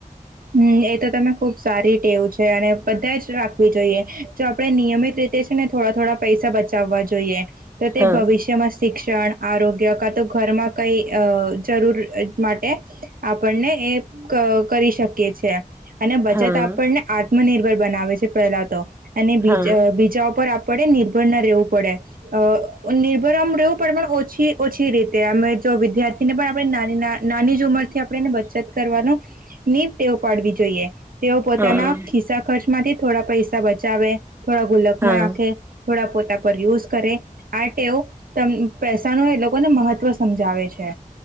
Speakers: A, on the right; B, on the right.
A: હમ એ તો તમે ખુબ સારી ટેવું છે અને બધા જ રાખવી જોઈએ જો આપણે નિયમિત રીતે છે ને થોડા થોડા પૈસા બચાવવા જોઈએ તો તે
B: હા
A: ભવિષ્યમાં શિક્ષણ આરોગ્ય કા તો ઘરમાં કઈ જરૂર માટે આપણને એ કરી શકીએ છીએ અને બચત
B: હા
A: આપણને આત્મનિર્ભર બનાવે છે પહેલા તો અને
B: હા
A: બીજ બીજા ઉપર આપડે નિર્ભર ના રહેવું પડે અ નિર્ભરમ રવું ઓછી ઓછી રીતે અમે જો વિદ્યાર્થી ને પણ આપણે નાની ઉમર થી આપણે એને બચત કરવાનો નીમ ટેવ પાડવી જોઈએ જોઈએ તેઓ પોતાના
B: હા
A: ખિસ્સા ખર્ચમાંથી થોડા પૈસા બચાવે થોડા ગુલકમાં
B: હા
A: નાખે થોડા પોતા પર યુઝ કરે આ ટેવ ત પૈસા ન એ લોકોને મહત્વ સમજાવે છે